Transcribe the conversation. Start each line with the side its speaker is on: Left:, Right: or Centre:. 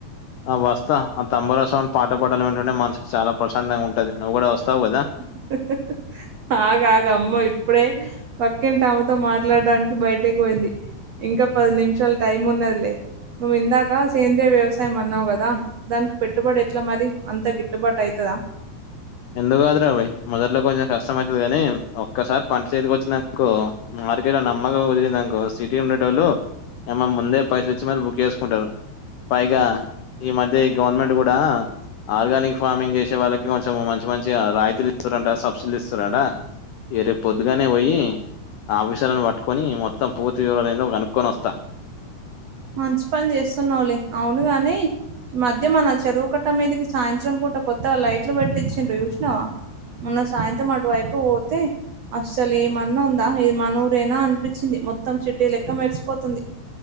Left: ఆ వస్తా ఆ తంబూరాసౌండ్ పాత పాటలు వింటుంటే మనసుకి చాలా ప్రశాంతంగా ఉంటుంది నువ్వు కూడా వస్తావు కదా
Right: <unintelligible> అగు అగు అమ్మ ఇప్పుడే పక్కింటి ఆమతో మాట్లాడడానికి బయటకి పోయింది ఇంకా పది నిమిషాలు టైం ఉన్నదిలే నువ్వు ఇందాక సేంద్రీయ వ్యవసాయం అన్నావు కద దానికి పెట్టుబడి ఎట్ల మరి అంత గిట్టుబాటు అయితద
Left: ఎందుకు కాదురా బయి మొదట్లో కొంచెం కష్టమయితది కానీ ఒక్కసారి పంట చేతికి వచ్చిందనుకో మార్కెట్లో నమ్మకం కుదిరిందనుకో సిటీ ఉండేటోళ్ళు ఏమ ముందే పైసలు ఇచ్చి మరీ బుక్ చేసుకుంటారు పైగ ఈ మధ్య ఈ గవర్నమెంట్ కూడ ఆర్గానిక్ ఫార్మింగ్ చేసే వాళ్ళకి కొంచెం మం మంచి మంచి రాయితీలు ఇస్తారంట సబ్సిడీలు ఇస్తారట ఈ రేపు పొద్దుగానే పోయి ఆఫీషాలను పట్టుకొని మొత్తం పూర్తి వివరలు ఏదో కనుక్కొని వస్తా
Right: మంచి పని చేస్తున్నావ్లే అవును గాని మధ్య మన చెరువు కట్ట మీదకి సాయంత్రం పూట కొత్తగా లైట్లు పెట్టిచ్చిండ్రు చూషినవ మొన్న సాయంత్రం అటువైపు పోతే అస్సలు ఏమన్నా ఉందా ఇది మన ఊరేన అనిపించింది మొత్తం సిటీ లెక్క మెరిసిపోతుంది